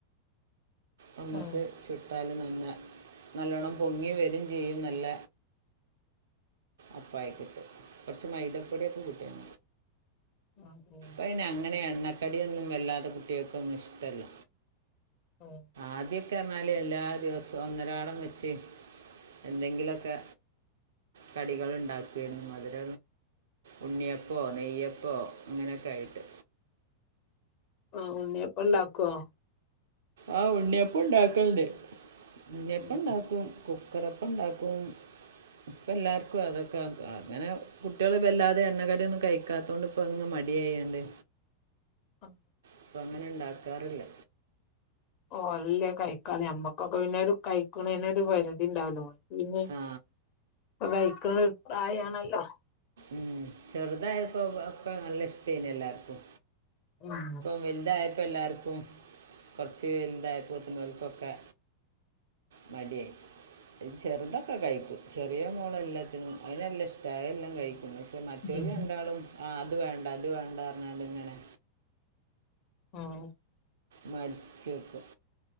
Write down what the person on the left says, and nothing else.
ഉം
ആഹ് ഉമ്
ആഹ്
ആഹ് ഉണ്ണിയപ്പം ഇണ്ടാക്കേ
ഉം
ആഹ്
ഓലല്ലേ കഴിക്കാല് ഞമ്മക്കൊക്കെ പിന്നെ ഒരു കഴിക്ക്ണേന് ഒരു പരിധിണ്ടാവല്ലോ പിന്നെ
കഴിക്ക്ണ പ്രായാണല്ലോ
ഉമ്
ഉം
ആഹ്